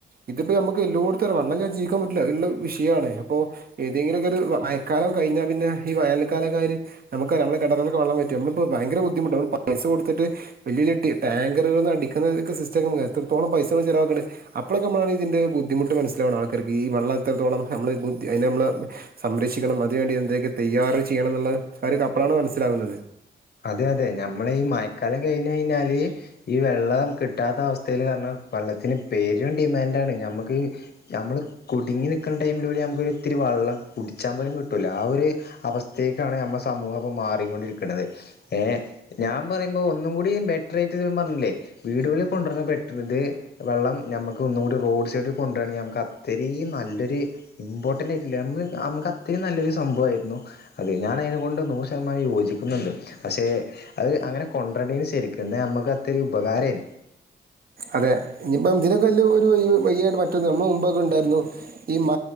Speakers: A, on the right (about 55°); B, on the left (about 60°).
A: ഇതിപ്പോ നമുക്ക് എല്ലോടത്ത വെള്ളം പറ്റില്ല അതുള്ള വിഷയമാണ് അപ്പോൾ ഏതെങ്കിലൊക്കെ ഒരു മയക്കാലം കഴിഞ്ഞാൽ പിന്നെ ഈ വേനൽക്കാലമായാൽ നമുക്ക നമ്മളുടെ കിണറുകളിലൊക്കെയും വെള്ളം പറ്റും നമ്മളിപ്പോൾ ഭയങ്കര ബുദ്ധമുട്ടാ ന മ്മൾ പൈസ കൊടുത്തിട്ട് വലിയ വല ടാങ്കറുകള അടിക്കുന്നൊക്ക സിസ്റ്റം എത്രത്തോളം പൈസ ചിലവാക്കണ്ട അപ്പോഴൊക്കെ നമ്മ ഇതിന്റെ ബുദ്ധിമുട്ട് മനസിലാവണേ ർക്ക് ഈ വെള്ളം എത്രത്തോളം നമ്മളെ ബദ്ധി അതിനെ നമ്മള് സംരക്ഷിക്കണം അതിന വേണ്ടി എന്തൊക്കെ തയ്യാറ് ചെയ്യണം എന്നുള്ള കാര്യം അപ്പഴാണ് മനസ്സിലാകുന്നത്
B: അതെ അതെ നമ്മള ഈ മയക്കാലം കഴിഞ്ഞ് കഴിഞ്ഞാല് ഈ വെള്ളം കിട്ടാത്ത അവസ്ഥയിൽ കാരണം വെള്ളത്തിന് പേരും ഡിമാൻഡാണ് നമ്മുക്ക് നമ്മള് കുടുങ്ങി നിക്കുന്ന ടൈമിൽ നമുക്ക് ഇത്തിരി വെള്ളം കുടിച്ചാൻ പോലും കിട്ടൂല ആ ഒരു അവസ്ഥയേക്കാണ് നമ്മൾ സമൂഹം ഇപ്പോൾ മാറിക്കൊണ്ടിരിക്കണത് ഏ ഞാൻ പറയുമ്പോൾ ഒന്നും കൂടി ബെറ്റർആയിട്ട് പറഞ്ഞില്ലേ വീടുകളിൽ കൊണ്ടുവരണ ബെറ്റർ ഇത് വെള്ളം നമുക്ക് ഒന്നും കൂടി റോഡ് സൈഡിൽ കൊണ്ടുവരണെങ്കിൽ നമുക്ക് അത്രയും നല്ലൊരു ഇമ്പോർട്ടൻറ് ആയിട്ടില്ല നമ്മ നമുക്ക് അത്രയും നല്ലൊരു സംഭവമായിരുന്നു അത് ഞാൻ അതിനെ കൊണ്ട് നൂറ് ശതമാനം യോജിക്കുന്നുണ്ട് പക്ഷെ അത് അങ്ങനെ കൊണ്ട് വരണ്ടിനി ശരിക്കും നമുക്ക് അത്രയും ഉപകാരമായിരുന്നു
A: അതെ ഇനിപ്പം ഇതിനൊക്കെ വലിയ ഒരു വയ്യായി്റ്റ നമ്മൾ മുമ്പൊക്കെ ഉണ്ടായിരുന്നു ഈ മ